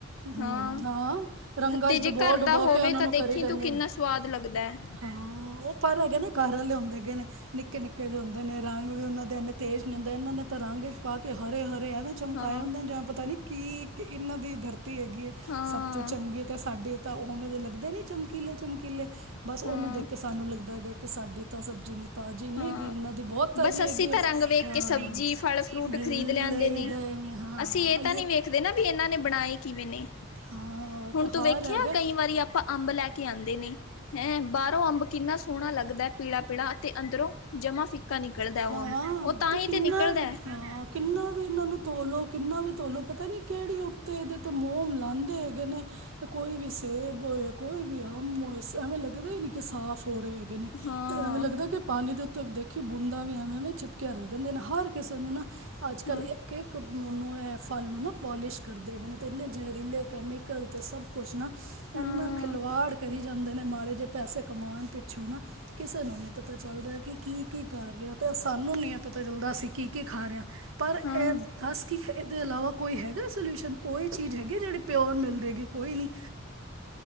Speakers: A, on the right (about 70°); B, on the left (about 75°).
A: ਹਮ
B: ਹਾਂ
A: ਰੰਗਾਂ
B: ਤੇ
A: ਚ ਡੁਬੋ
B: ਜੇ ਘਰ
A: ਡੁਬੋ
B: ਦਾ ਹੋਵੇ
A: ਕੇ ਉਹਨਾਂ
B: ਤਾਂ
A: ਨੂੰ
B: ਦੇਖੀ
A: ਕਰੀ ਜਾਂਦੇ
B: ਤੂੰ ਕਿੰਨਾ
A: ਨੇ
B: ਸਵਾਦ ਲੱਗਦਾ ਹੈ
A: ਹਾਂ ਉਹ ਪਰ ਹੈਗੇ ਨੇ ਘਰ ਵਾਲੇ ਹੁੰਦੇ ਹੈਗੇ ਨੇ ਨਿੱਕੇ ਨਿੱਕੇ ਜਹੇ ਹੁੰਦੇ ਨੇ ਰੰਗ ਵੀ ਉਹਨਾਂ ਦੇ ਇਨੇ ਤੇਜ਼ ਨਹੀਂ ਹੁੰਦਾ ਇਹਨਾਂ ਨੇ ਤਾਂ ਰੰਗ ਹੀ ਪਾ ਕੇ ਹਰੇ ਹਰੇ ਐਵੇਂ ਚਮਕਾਏ
B: ਹਾਂ
A: ਹੁੰਦਾ ਜਿਵੇਂ ਪਤਾ ਨੀ ਕੀ ਇਹਨਾਂ ਦੀ ਧਰਤੀ ਹੈਗੀਏ
B: ਹਾਂ
A: ਸਭ ਤੋਂ ਚੰਗੇ ਤਾਂ ਸਾਡੇ ਤਾਂ ਉਹਵੇਂ ਦੇ ਲੱਗਦੇ ਨੇ ਚਮਕੀਲੇ ਚਮਕੀਲੇ ਬਸ ਉਹਨੂੰ
B: ਹਾਂ
A: ਦੇਖ ਕੇ ਸਾਨੂੰ ਲੱਗਦਾ ਹੈਗਾ ਕਿ ਸਾਡੀ ਤਾਂ ਸਬਜ਼ੀ ਨੀ ਤਾਜ਼ੀ ਨੀ
B: ਹਾਂ
A: ਹੈਗੀ ਇਹਨਾਂ ਦੀ ਬਹੁਤ ਤਾਜ਼ੀ
B: ਬਸ ਅਸੀਂ
A: ਹੈਗੀ
B: ਤਾਂ
A: ਆ
B: ਰੰਗ ਵੇਖ
A: ਹਾਂ
B: ਕੇ ਸਬਜ਼ੀ ਫਲ ਫਰੂਟ
A: ਲਈਦਾ
B: ਖ਼ਰੀਦ ਲਿਆਂਦੇ ਨੇ
A: ਹਾਂ
B: ਅਸੀਂ ਇਹ ਤਾਂ ਨਹੀਂ ਵੇਖਦੇ ਨਾ ਵੀ ਇਹਨਾਂ ਨੇ ਬਣਾਏ ਕਿਵੇਂ ਨੇ
A: ਹਾਂ
B: ਹੁਣ
A: ਤਾਂ
B: ਤੂੰ
A: ਹਾਰ
B: ਵੇਖਿਆ
A: ਹੈਗਾ
B: ਕਈ ਵਾਰੀ ਆਪਾਂ ਅੰਬ ਲੈ ਕੇ ਆਉਂਦੇ ਨੇ ਹੈਂ ਬਾਹਰੋਂ ਅੰਬ ਕਿੰਨਾ ਸੋਹਣਾ ਲੱਗਦੈ ਪੀਲਾ ਪੀਲਾ ਅਤੇ ਅੰਦਰੋਂ ਜਮਾ ਫਿੱਕਾ ਨਿਕਲਦਾ
A: ਹਾਂ
B: ਉਹ ਅੰਬ ਉਹ ਤਾਂ ਹੀ
A: ਕਿੰਨਾ
B: ਤੇ ਨਿਕਲਦਾ
A: ਵੀ,
B: ਹੈ
A: ਹਾਂ ਕਿੰਨਾ ਵੀ ਇਹਨਾਂ ਨੂੰ ਧੋਲੋ ਕਿੰਨਾ ਵੀ ਧੋਲੋ ਪਤਾ ਨੀ ਕਿਹੜੀ ਉੱਤੇ ਇਹਦੇ ਤੇ ਮੋਮ ਲਾਂਦੇ ਨੇ ਕੋਈ ਵੀ ਸੇਬ ਹੋਏ ਕੋਈ ਵੀ ਅੰਬ ਹੋਏ ਐਵੇਂ ਲੱਗਦਾ ਹੀ ਨੀ ਕਿ ਸਾਫ਼ ਹੋ ਰਹੇ ਹੈਗੇ ਨੇ
B: ਹਾਂ
A: ਐਵੇਂ ਲੱਗਦਾ ਕਿ ਪਾਣੀ ਦੇ ਉੱਤੇ ਦੇਖਿ ਬੂੰਦਾ ਵੀ ਐਵੇਂ ਚਿਪਕਿਆ ਰਹਿ ਜਾਂਦੇ ਨੇ ਹਰ ਕਿਸੇ ਨੂੰ ਨਾ ਅੱਜ ਕੱਲ
B: ਹਾਂ
A: ਇੱਕ ਇੱਕ ਫਲ ਨੂੰ ਨਾ ਪੋਲਿਸ਼ ਕਰਦੇ ਨੇ ਅਤੇ ਇੰਨੇ ਜ਼ਹਿਰੀਲੇ ਕੈਮੀਕਲ ਤੇ ਸਭ ਕੁਛ ਨਾ
B: ਹਾਂ
A: ਇਨਾ ਖਿਲਵਾੜ ਕਰੀ ਜਾਂਦੇ ਨੇ ਮਾੜੇ ਜੇ ਪੈਸੇ ਕਮਾਉਣ ਪਿੱਛੋਂ ਨਾ ਕਿਸੇ ਨੂੰ ਨੀ ਪਤਾ ਚੱਲਰਿਹਾ ਕਿ ਕੀ ਕੀ ਕਰ ਰਿਹਾ ਤੇ ਅਸੀਂ ਸਾਨੂੰ ਨੀ ਏਹ ਪਤਾ ਚੱਲਦਾ ਸੀ ਕੇ ਖਾ ਰੇ ਹਾਂ ਪਰ
B: ਹਾਂ
A: ਇਹ ਦੱਸ ਕੀ ਇਹਦੇ ਇਲਾਵਾ ਕੋਈ ਹੈਗਾ ਸੋਲਿਊਸ਼ਨ ਕੋਈ ਚੀਜ਼ ਹੈਗੀ ਜਿਹੜੀ ਪਿਓਰ ਮਿਲ ਰਹੀ ਹੇਗੀ ਕੋਈ ਨੀ